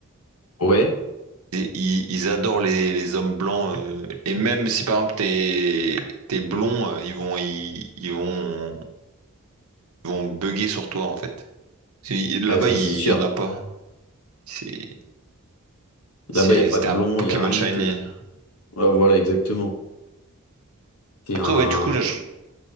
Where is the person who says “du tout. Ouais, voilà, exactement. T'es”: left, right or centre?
Left